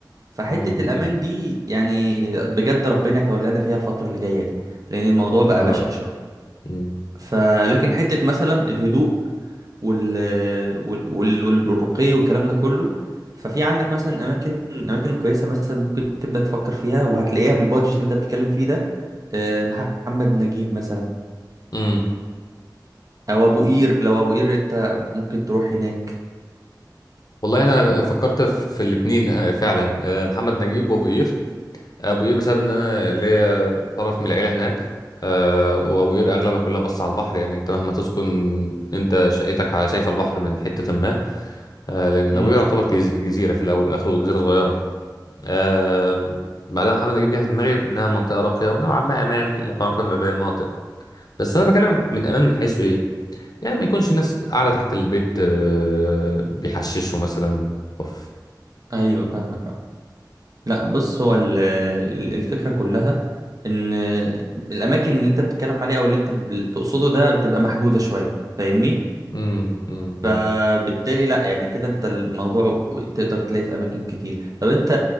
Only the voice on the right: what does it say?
فحتة
الأمان دي يعني بجد ربنا يتولانا فيها الفترة اللي جاية دي لأن الموضوع بقى
بشع
شوية
فلكن حتة مثلا الهدوء وال وال وال- والرقي والكلام ده كله ففي عندك مثلا اماكن اماكن كويسه مثلا ممكن تبدا تفكر فيها وهتلاقيها بالبادجت اللي انت بتتكلم فيه ده آه، محمد نجيب مثلا
او ابو قير لو ابو قير انت ممكن تروح هناك
امم
ايوه فاهمك آه. لا بص هو ال- ال- الفكره كلها ان الاماكن اللي انت بتتكلم عليها او اللي انت بتقصده ده بتبقى محدوده شويه فاهمني
فبالتالي لا يعني كده انت الموضوع تقدر تلاقيه في اماكن كتير طب انت